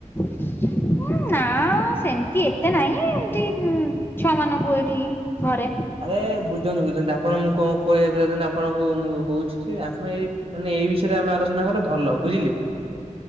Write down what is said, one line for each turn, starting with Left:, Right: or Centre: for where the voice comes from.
Left: <inaudible> ହୁଁ ନା ସେମିତି ଏତେ ନାହିଁ ଏମତି ଛୁଆ ମାନଙ୍କୁ ଏଇଠି ଘରେ।
Right: ଆରେ ବୁଝନ୍ତୁ ବୁଝନ୍ତୁ ଆପଣ ମୁଁ କଁ କହିବାକୁ ଚାହୁଛନ୍ତି ଆପଣଙ୍କୁ ମୁଁ କହୁଛି ଯେ ଆପଣ ଏ ମାନେ ଏଇ ବିଷୟରେ ଆମେ ଆଲୋଚନା କଲେ ଭଲ ବୁଝିଲେ।